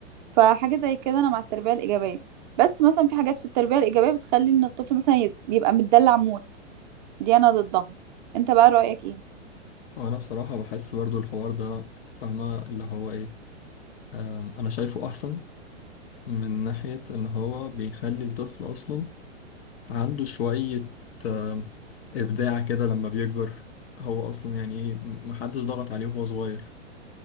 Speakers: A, on the right (about 40°); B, on the left (about 55°).
A: فحاجة زي كده أنا مع التربية الإيجابية بس مثلا في حاجات في التربية الإيجابية بتخلي إن الطفل مثلا ي- يبقى متدلع موت دي أنا ضدها أنت بقى رأيك إيه؟
B: وانا بصراحة بحس برضو الحوار ده فاهمة اللي هو ايه آم، انا شايفه احسن من ناحية ان هو بيخلي الطفل اصلا عنده شوية آم، ابداع كده لما بيكبر هو اصلا يعني ايه م- محدش ضغط عليه وهو صغير